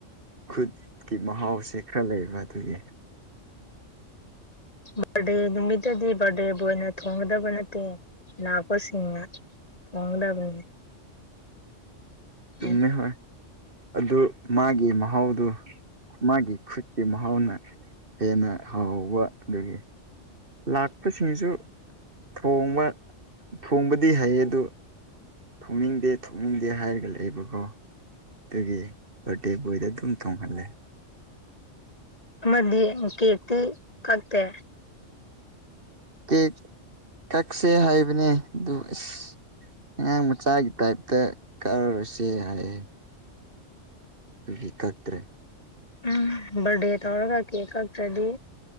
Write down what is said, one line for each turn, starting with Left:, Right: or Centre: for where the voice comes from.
Right: ꯈꯨꯠꯀꯤ ꯃꯍꯥꯎꯁꯦ ꯈꯔ ꯂꯩꯕ ꯗꯨꯒꯤ
Left: ꯕꯥꯔꯗꯦ ꯅꯨꯃꯤꯠꯇꯗꯤ ꯕꯥꯔꯗꯦꯕꯣꯏꯅ ꯊꯣꯡꯒꯗꯕ ꯅꯠꯇꯦ ꯂꯥꯛꯄꯁꯤꯡꯅ ꯊꯣꯡꯒꯗꯕꯅꯤ
Right: ꯆꯨꯝꯃꯦ
Left: ꯎꯝ
Right: ꯍꯣꯏ ꯑꯗꯨ ꯃꯥꯒꯤ ꯃꯍꯥꯎꯗꯨ ꯃꯥꯒꯤ ꯈꯨꯠꯀꯤ ꯃꯍꯥꯎꯅ ꯍꯦꯟꯅ ꯍꯥꯎꯕ ꯑꯗꯨꯒꯤ ꯂꯥꯛꯄꯁꯤꯡꯁꯨ ꯊꯣꯡꯕ ꯊꯣꯡꯕꯗꯤ ꯍꯩ ꯑꯗꯨ ꯊꯣꯛꯅꯤꯡꯗꯦ ꯊꯣꯛꯅꯤꯡꯗꯦ ꯍꯥꯏꯔꯒ ꯂꯩꯕꯀꯣ ꯗꯨꯒꯤ ꯕꯥꯔꯗꯦ ꯕꯣꯏꯗ ꯗꯨꯝ ꯊꯣꯡꯍꯜꯂꯦ
Left: ꯑꯃꯗꯤ ꯀꯦꯛꯇꯤ ꯀꯛꯇꯦ
Right: ꯀꯦꯛ ꯀꯛꯁꯦ ꯍꯥꯏꯕꯅꯦ ꯑꯗꯨ ꯏꯁ ꯑꯉꯥꯡ ꯃꯆꯥꯒꯤ ꯇꯥꯏꯞꯇ ꯀꯥꯛꯔꯣꯢꯁꯦ ꯍꯥꯏꯌꯦ ꯗꯨꯒꯤ ꯀꯛꯇꯔꯦ
Left: ꯎꯝ ꯕꯔꯗꯦ ꯇꯧꯔꯒ ꯀꯦꯛ ꯀꯛꯇ꯭ꯔꯗꯤ